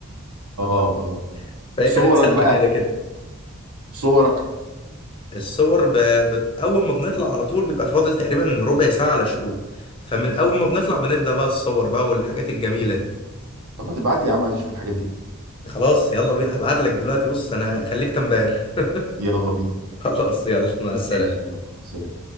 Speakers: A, on the right (about 75°); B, on the left (about 25°).
A: اه اه آه.
B: <laughs> فهي
A: صورك
B: كانت ساقعه
A: بقى
B: كده كده
A: صورك
B: الصور ب... بت... اول ما بنطلع على طول بيبقى فاضل تقريبا ربع ساعه على الشروق فمن اول ما بنطلع بنبدا بقى الصور بقى والحاجات الجميله دي
A: طب ما تبعت لي يا عم عايز اشوف الحاجات دي
B: خلاص يلا بينا هبعت لك دلوقتي بص انا خليك تنبهر <laughs>
A: يلا بينا
B: خلاص يلا مع
A: ماشي
B: السلامه
A: يلا سلام